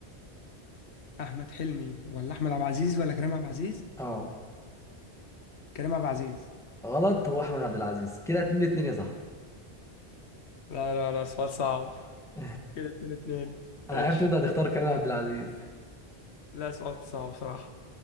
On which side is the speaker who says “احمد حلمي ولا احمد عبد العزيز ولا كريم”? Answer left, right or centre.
Left